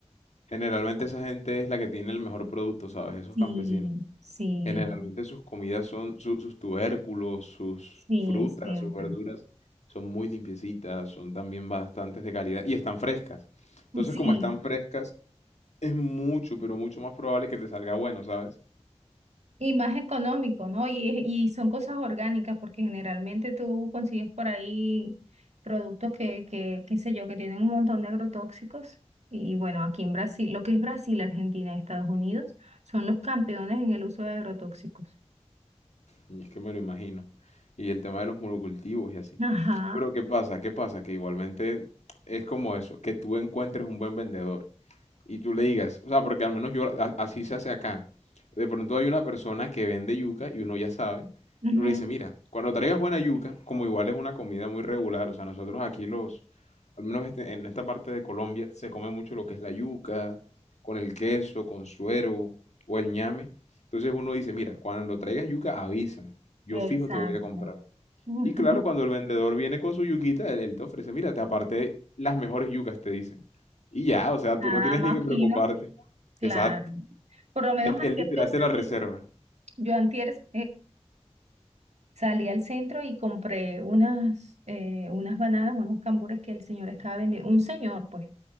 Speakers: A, on the left; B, on the right.
A: Generalmente esa gente es la que tiene el mejor producto, ¿sabes? Esos
B: Sí,
A: campesinos.
B: sí,
A: Generalmente sus comidas son, su- sus tubérculos, sus
B: sí,
A: frutas,
B: es cierto.
A: sus verduras, son muy limpiecitas, son también bastantes de calidad y están frescas. Entonces,
B: Sí,
A: como están frescas, es mucho, pero mucho más probable que te salga bueno, ¿sabes?
B: Y más económico, ¿no? Y, es- y son cosas orgánicas, porque generalmente tú consigues por ahí productos que, que, qué sé yo, que tienen un montón de agrotóxicos. Y bueno, aquí en Brasil, lo que es Brasil, Argentina y Estados Unidos, son los campeones en el uso de agrotóxicos.
A: Y es que me lo imagino. Y el tema de los monocultivos y así.
B: Ajá.
A: Pero ¿qué pasa? ¿Qué pasa? Que igualmente es como eso, que tú encuentres un buen vendedor. y tú le digas, o sea, porque al menos yo a- así se hace acá. De pronto hay una persona que vende yuca y uno ya sabe,
B: ujú,
A: y uno le dice, mira, cuando traigas buena yuca, como igual es una comida muy regular, o sea, nosotros aquí los, al menos este- en esta parte de Colombia, se come mucho lo que es la yuca, con el queso, con suero o el ñame. Entonces uno dice, mira, cuando traigas yuca, avísame, yo
B: Exacto.
A: fijo te voy a comprar.
B: <laughs>
A: Y claro, cuando el vendedor viene con su yuquita, él, él te ofrece, mira, te aparté las mejores yucas, te dicen. Y ya, o sea,
B: Nada
A: tú no tienes
B: más
A: ni que preocuparte.
B: fino, claro.
A: Exacto.
B: Por lo menos
A: Él,
B: antes
A: él literal
B: yo salí,
A: te la reserva.
B: yo antier, Salí al centro y compré unas, eh, unas bananas, unos cambures que el señor estaba vendiendo, un señor pues,